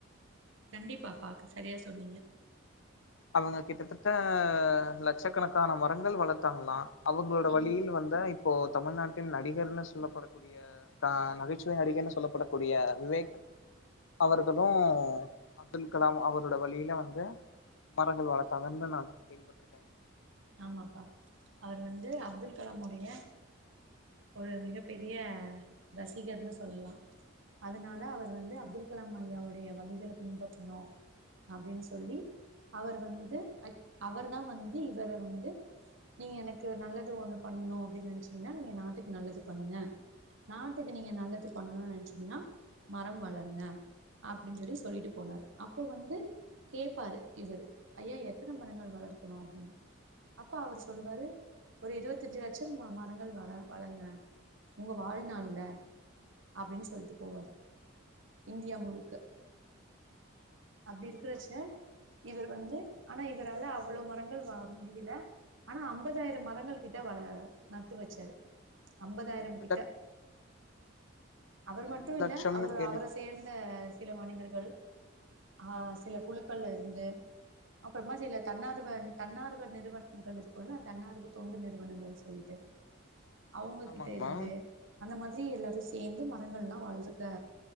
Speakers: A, on the right; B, on the left.
A: கண்டிப்பா பாக்க சரியா சொன்னீங்க
B: அவங்க கிட்டத்தட்ட லட்சக்கணக்கான மரங்கள் வளத்தாங்ளா அவங்களோட
A: ம்
B: வழியில்ல வந்த இப்போ தமிழ்நாட்டின் நடிகர்ன்னு சொல்லப்படக்கூடிய அ தான் நகைச்சுவை நடிகன்னு சொல்லப்படக்கூடிய விவேக் அவர்களு அப்துல் கலாம் அவரோட வழியில வந்து மரங்கள் வளத்தாங்கன் தா நா கேள்விப்பட்ருக்
A: ஆமாப்பா அவர் வந்து அப்துல் கலாமுடைய ஒரு மிக பெரிய ரசிகர்னு சொல்லலா அதுனால அவர் வந்து அப்துல் கலாம் ஐயாவுடைய வழிகள பின்பற்றணு அப்டின் சொல்லி அவர் வந்து அய் அவர் தா வந்து இவர வந்து நீங்க எனக்கு நல்லது ஒண்ணு பண்ணனு அப்டின் நெனச்சிங்னா நீங்க நாட்டுக்கு நல்லது பண்ணுங்க நாட்டுக்கு நீங்க நல்லது பண்ணனுன் நெனச்சிங்னா மரம் வளருங்க அப்டின் சொல்லி சொல்லிட்டு போனாரு அப்போ வந்து கேப்பாரு இவரு ஐயா எத்தன மரங்கள் வளர்க்கணு அப்டின் அப்ப அவர் சொல்லுவாரு ஒரு இருவத்தஞ்சு லட்சம் ம மரங்கள் வள வளங்க உங்க வாழ்நாள்ல அப்டின் சொல்ட்டு போவாரு இந்தியா முழுக்க அப்டி
B: செரிங்கம்மா
A: இருக்குறச்ச
B: செரி
A: இவர் வந்து ஆனா இவரால அவ்வளோ மரங்கள் வா முடியல ஆனா அம்பதாயிரம் மரங்கள் கிட்ட வள நட்டு வெச்சாரு அம்பதாயிரம்
B: இரண்டு
A: கிட்ட
B: லட்
A: அவரு
B: இரண்டு
A: மட்டு இல்ல
B: லட்சம்னு
A: அவரு
B: கேள்விப்பட்
A: அவர சேந்த சில மனிதர்கள் ஆ சில குழுக்கள்ல இருந்து அப்ப என்ன செய்லா தன்னார்வ தன்னார் ர்வர் நிறுவனங்கள் இருக்குல்ல தன்னார்வு தொண்டு நிறுவனங்கள் சொல்லிட்டு அவுங்க
B: ஆமாங்கம்மா
A: கிட்ட இருந்து அந்த மாதிரி எல்லாரு சேந்து மரங்கள்லா வளர்க்க